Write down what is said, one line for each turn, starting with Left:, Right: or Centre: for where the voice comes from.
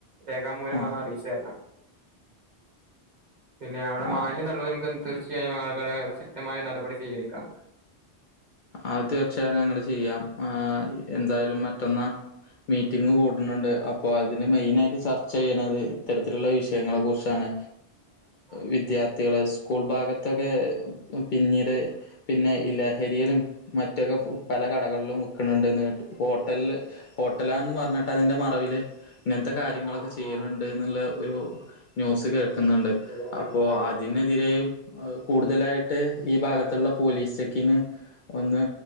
Right: രേഖാമൂലം
Left: ആ
Right: വന്ന് അറിയിച്ചു തരണം പിന്നെ അവിടെ മാലിന്യം
Left: ആ
Right: തള്ള നമുക്ക് തീർച്ചയായും ആൾക്കെ ശക്തമായ നടപടി സ്വീകരിക്കാം
Left: അത് തീർച്ചയായട്ടും ഞങ്ങൾ ചെയ്യാം എന്തായാലും മറ്റന്ന് മീറ്റിംഗങ് കൂട്ടുന്നുണ്ട് അപ്പോൾ അതിന് മെയിന ആായിട്ട് ചർച്ച ചെയ്യണുന്നത് ഇത്തരത്തിലുള്ള വിഷയങ്ങളെ കുറിച്ചാണ്
Right: ആ
Left: വിദ്യാർഥ കുട്ടകള് സ്കൂൾ ഭാഗത്തൊക്കെ പിന്നീട് പിന്നെ ഇ ലഹരിയറും മറ്റൊക്കെ പല കടകളിലും വിക്കണണ്ട്ന്ന്് ഹോട്ടല ഹോട്ടലാന്ന് പറഞ്ഞിട്ട് അതിന്റെ മറവിില് ഇങ്ങനത്തെ കാര്യങ്ങളൊക്കെ
Right: ആ ആ
Left: ചെയ്യുന്നുണ്ട്
Right: ആ
Left: എന്നുള്ള ഒരു ന്യൂസ് കേ ുന്നുണ്ട്
Right: വിവരം കിട്ടിയിട്ടുണ്ടാവൂല്ലേ
Left: അപ്പോൊ അതിനെതിരെയും കൂടുതലായിട്ട് ഈ ഭാഗത്തുള്ള പോലീസ് ചെക്കിങ് ഒന്ന്